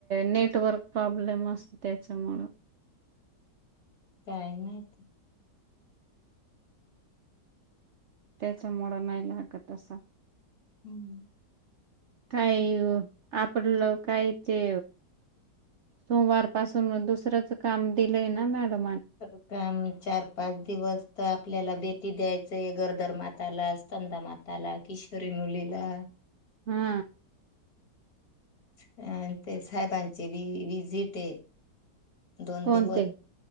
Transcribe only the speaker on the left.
काय माहीत?
हम्म.
तर काम चार पाच दिवस तर आपल्याला बेटी द्यायचय गर्दर माताला स्कंदा माताला किशोरी मुलीला
अ तेच साहेबांचे विजिटे दोन
दिवस